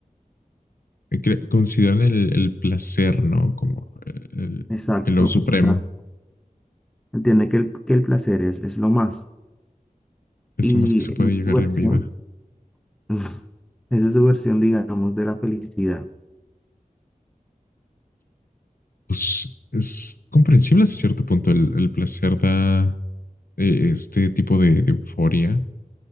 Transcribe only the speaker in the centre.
Exacto,
o sea, entiende que el, que el placer es, es lo más.
Y
en su
versión,
<laughs> Esa es su versión, digamos, de la felicidad.